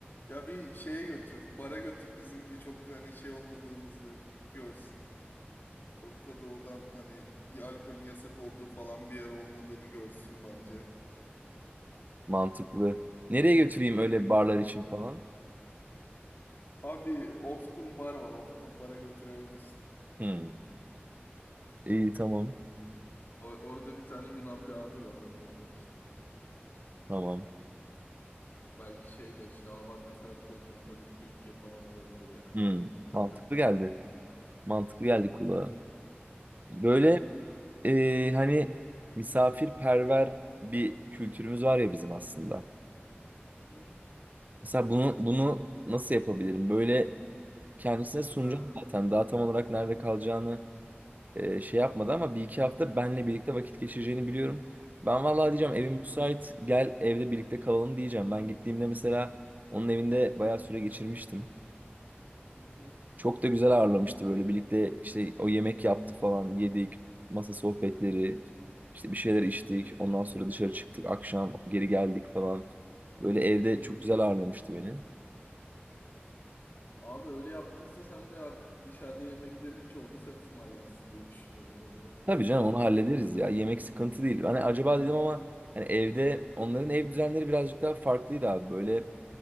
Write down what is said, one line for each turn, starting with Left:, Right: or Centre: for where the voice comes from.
Left: Ya bir şeye götür, bara götür bizim birçok hani şey olmadığımızı görsün. Orta Doğu'dan hani ya alkolün yasak olduğu falan bir yer olmadığını görsün bence.
Right: Mantıklı. Nereye götüreyim öyle
Left: Hı.
Right: barlar için falan?
Left: Abi Often Bar var. Often Bar'a götürebilirsin.
Right: Hmm. İyi tamam.
Left: O- Orada bir tane Yunan bir abi var onunla tanıştık.
Right: Tamam.
Left: Belki şey de işte aa bak ne kadar kozmopolit bir ülke falan olabilir yani.
Right: Hmm.
Left: Ha,
Right: Mantıklı
Left: ne kadar...
Right: geldi.
Left: <laughs>
Right: Mantıklı geldi kulağa. Böyle
Left: Ha,
Right: e, hani misafirperver bir kültürümüz var ya bizim aslında.
Left: Hı
Right: Mesela bunu bunu nasıl yapabilirim? Böyle kendisine sunacağım
Left: Aha.
Right: zaten. Daha tam olarak nerede kalacağını e, şey yapmadı ama bir iki hafta benle birlikte vakit geçireceğini biliyorum. Ben vallahi diyeceğim
Left: Hı hı.
Right: evim müsait gel evde birlikte kalalım diyeceğim. Ben gittiğimde mesela onun evinde bayağı süre geçirmiştim.
Left: ha. hı hı
Right: Çok da güzel ağırlamıştı böyle birlikte işte o yemek yaptı falan yedik masa sohbetleri işte bir şeyler içtik ondan sonra dışarı çıktık akşam geri geldik falan. Böyle evde
Left: hı
Right: çok
Left: hı. hı. hı.
Right: güzel ağırlamıştı beni.
Left: Abi öyle yaptıysa sen de artık dışarıda yemeklerin çoğunu sen ısmarlarsın diye düşünüyorum. O zaman ona
Right: Tabii
Left: dikkat
Right: canım onu
Left: et
Right: hallederiz
Left: bence.
Right: ya yemek sıkıntı değil. Hani acaba dedim ama hani evde onların ev düzenleri birazcık daha farklıydı abi böyle.